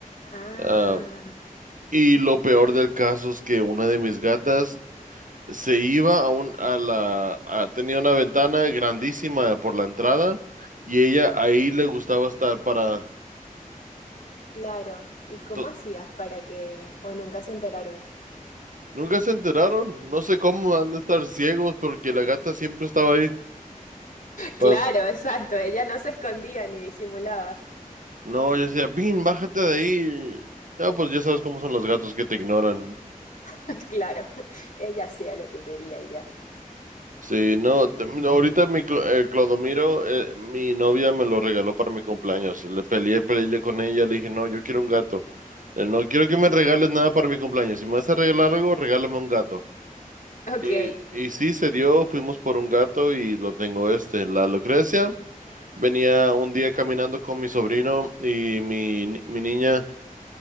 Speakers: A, on the left; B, on the right.
A: Ah,
B: Ah, y lo peor del caso es que una de mis gatas se iba a un, a la, a- tenía una ventana grandísima por la entrada y ella ahí le gustaba estar para,
A: claro. ¿Y cómo
B: to-
A: hacías para que... o nunca se enteraron?
B: Nunca se enteraron. No sé cómo han de estar ciegos porque la gata siempre estaba ahí. Pa-
A: Claro, exacto. Ella no se escondía ni disimulaba.
B: No, yo decía, Bin, bájate de ahí. No, pues ya sabes cómo son los gatos que te ignoran.
A: <laughs> Claro, ella hacía lo que quería y ya.
B: Sí, no, te- no, ahorita mi Clo- eh, Clodomiro, eh, mi novia me lo regaló para mi cumpleaños. Le peleé, peleé con ella, le dije, no, yo quiero un gato. Eh, no quiero que me regales nada para mi cumpleaños. Si me vas a regalar algo, regálame un gato.
A: Ok.
B: Y, y sí, se dio, fuimos por un gato y lo tengo este, la Lucrecia. Venía un día caminando con mi sobrino y mi, ni- mi niña